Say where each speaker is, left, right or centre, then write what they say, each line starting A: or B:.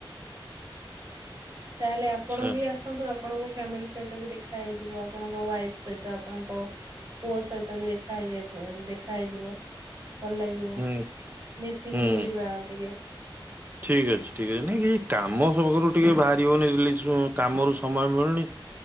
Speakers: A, on the right (about 45°); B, on the right (about 20°).
A: ତାହେଲେ ଆପଣ
B: ଆଚ୍ଛା
A: ବି ଆସ ନ୍ତୁ ଆପଣଙ୍କ ଫ୍ୟାମିଲି ସହିତ ବି ଦେଖା ହେଇଯିବ। ଆପଣଙ୍କ ୱାଇଫ୍ ସହିତ ଆପଣଙ୍କ ପୁଅ ସହିତ ବି ଦେଖା ହେଇଯାଇ ଦେଖା ହେଇଯିବ। ଭଲ ଲାଗିବ।
B: ହୁଁ
A: ମିଶିକି
B: ହୁଁ।
A: ବୁଲିବା ଆଉ ଟିକେ।
B: ଠିକ୍ ଅଛି ଠିକ୍ ଅଛି। ନାଇଁ ଏ କାମ <unintelligible> ଟିକେ ବାହାରି ହେଉନି ରିଲିଜ୍ କାମରୁ ସମୟ ମିଳୁନି।